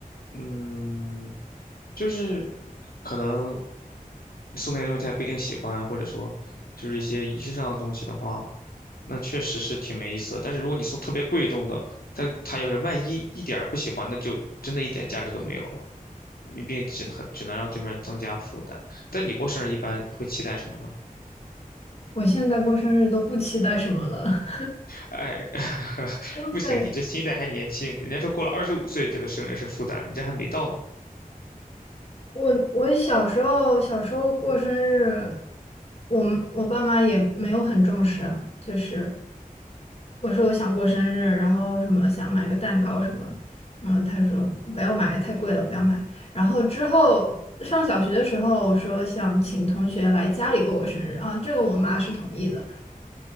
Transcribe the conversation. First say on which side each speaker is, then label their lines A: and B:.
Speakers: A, on the left (about 80°); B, on the left (about 45°).
A: 嗯，就是可能送那个东西他也不一定喜欢，或者说就是一些仪式上的东西的话，那确实是挺没意思的但是如果你送特别贵重的，他他要是万一一点儿不喜欢，那就真的一点价值都没有了，你并只能只能让对面增加负担。但你过生日一般会期待什么呢？
B: 我现在过生日都不期待什么了。
A: 哎，<laughs>
B: <laughs>
A: 不行，
B: 对，
A: 你这心态还年轻，人家说过了二十五岁觉得生日是负担，你这还没到呢。
B: 我，我小时候小时候过生日，我们我爸妈也没有很重视啊，就是我说我想过生日，然后什么想买个蛋糕什么，嗯，他说不要买，太贵了，不要买。然后之后上小学的时候，我说想请同学来家里过我生日啊，这个我妈是同意的，